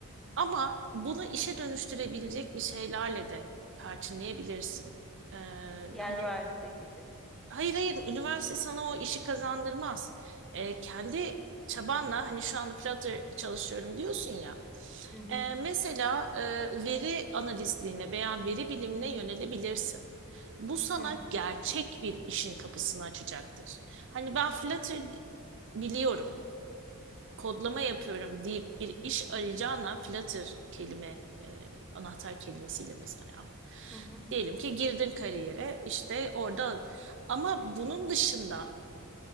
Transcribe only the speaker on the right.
Ama bunu işe dönüştürebilecek bir şeylerle de perçinleyebilirsin. E,
hani
Hayır hayır üniversite sana o işi kazandırmaz. Ee, kendi çabanla hani şu anda Flutter çalışıyorum diyorsun ya.
Ee, mesela e, veri analistliğine veya veri bilimine yönelebilirsin. Bu sana
gerçek bir işin kapısını açacaktır. Hani ben Flutter biliyorum kodlama yapıyorum deyip bir iş arayacağına Flutter kelime e, anahtar kelimesiyle mesela.
Diyelim ki girdin kariyere işte orada ama bunun dışında